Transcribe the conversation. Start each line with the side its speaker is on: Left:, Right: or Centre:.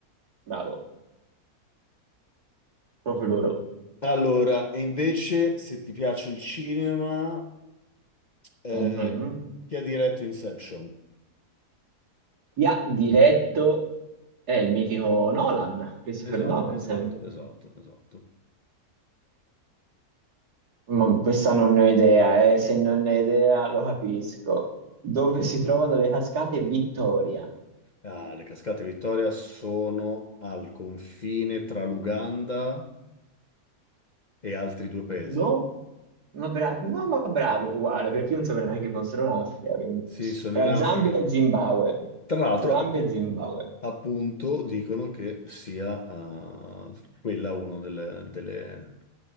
Right: Bravo, proprio loro.
Left: Allora, e invece, se ti piace il cinema, eh,
Right: Mhm.
Left: chi ha diretto Inception?
Right: Chi ha diretto è il mitico Nolan, Christopher
Left: Esatto,
Right: Nolan
Left: esatto,
Right: sempre.
Left: esatto, esatto.
Right: Ma questa non ne ho idea, eh. Se non ne ho idea lo capisco. Dove si trovano le cascate Vittoria?
Left: Ah, le cascate Vittoria sono al confine tra l'Uganda e altri due paesi.
Right: No? Ma bravo, no, ma bravo uguale, perché io non sapevo neanche che fossero in Africa, quindi.
Left: Sì, sono
Right: Tra
Left: in Africa.
Right: Zambia e Zimbabwe.
Left: Tra l'altro,
Right: Zambia
Left: appu-
Right: e Zimbabwe.
Left: appunto, dicono che sia eh, quella una delle, delle-